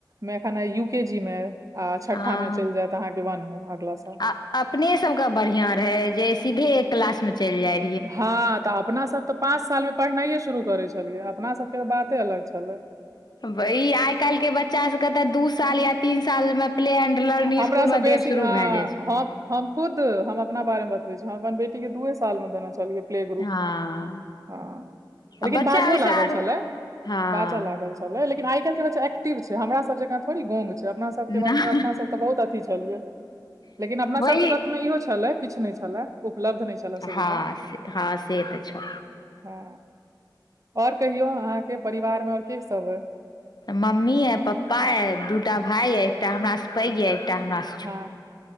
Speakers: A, on the right (about 45°); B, on the left (about 60°).
A: मे एखन अई यू के जी मे आ छठ्ठा
B: हँ
A: मे चलि जायत अहाँके वनमे अगला साल
B: आ अपने सब के बढ़िया रहै जे सीधे एक क्लास मे चलि जाय
A: हँ तऽ अपनासब तऽ पाँच सालमे पढ़नाइए शुरू करै छलियै अपनासबके तऽ बाते अलग छलै
B: वई आइ काल्हिके बच्चा सबके तऽ दू साल या तीन सालमे प्ले एंड लर्निंग
A: हमरासँ
B: इस्कूल मे
A: बेसी
B: देव शुरू
A: हँ
B: भय जाय छै
A: हम हम खुद हम अपना बारे मे बतबै छी हम अपना बेटी के दूए साल मे देने छलियै प्ले ग्रुप
B: हँ
A: मे हँ
B: आ
A: लेकिन
B: बच्चा
A: बाजहो
B: ओहिस
A: लागल
B: आर
A: छलै
B: हँ
A: बाज लागल छलै लेकिन आइ काल्हि के बच्चा एक्टिव छै हमरा सब जेकां थोड़ी गोंग छै अपना सब
B: नहि
A: त अपना सब तऽ बहुत अथी छलियै लेकिन अपना
B: वही
A: सबके वक्तमे इहो छलए किछु नै छलए उपलब्ध नै छलए सुविधा
B: हँ से हँ से त छ
A: हँ आओर कहियौ अहाँके परिवारमे आओर के सब अई
B: मम्मी यै पप्पा यै दूटा भाय यै एकटा हमरा से पैघ यै एकटा हमरा स
A: हँ